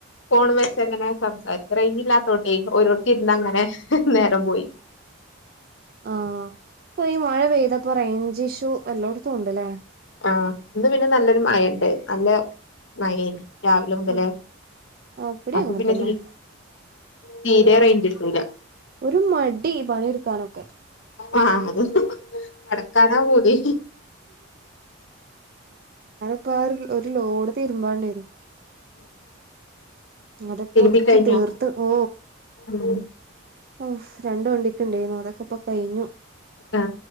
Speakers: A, on the left; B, on the right.
A: ഫോണും വെച്ചങ്ങനെ സംസാരിക്ക റേഞ്ച് ഇല്ലാത്തോണ്ടേ ഓരോടുത്തിരുന്ന് അങ്ങനെ, നേരം പോയി. <unintelligible>
B: ആ ഇപ്പൊ ഈ മഴ പെയ്തപ്പോ റേഞ്ച് ഇഷ്യൂ എല്ലോട്ത്തും ഇണ്ട്ലേ.
A: ആ ഇന്ന് പിന്നെ നല്ലൊരു മഴ ഇണ്ട്, നല്ല മഴേനീ. രാവിലെ മുതലേ,
B: ആഹ് ഇവിടേം
A: അപ്പൊ
B: അങ്ങനെ
A: പിന്നെ
B: തന്നെ
A: തീരെ റെയിഞ്ചിട്ടൂല.
B: ഒരു മടി, പണിടുക്കാനൊക്കെ.
A: ആ അത് കെടക്കാനാ പൂതി.
B: ഇപ്പൊ ആ ഒരു ലോഡ് തീരുമ്പാണ്ടേർന്നു. അതിപ്പോ
A: തിരുമ്പി
B: ഒതുക്കി
A: കഴിഞ്ഞോ
B: തീർത്ത് ഓ.
A: ഉം
B: ഓ രണ്ട് വണ്ടിക്ക് ഇണ്ടായ്ന്നു, അതെക്കെ ഇപ്പൊ കഴിഞ്ഞു.
A: ആ